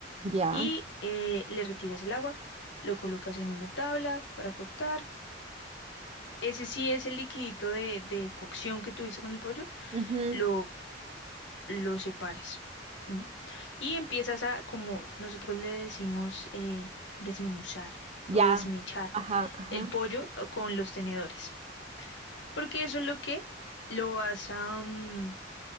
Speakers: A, on the right; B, on the left.
A: Ya.
B: Y eh, le retiras el agua, lo colocas en una tabla para cortar ese sí es el liquidito de, de cocción que tuviste con el pollo,
A: Ujú.
B: lo, lo separas. ¿m? Y empiezas a, como nosotros le decimos, eh, desmenuzar
A: Ya,
B: o desmechar
A: ajá, ajá,
B: el pollo eh, con los tenedores. Porque eso es lo que lo vas a, mm,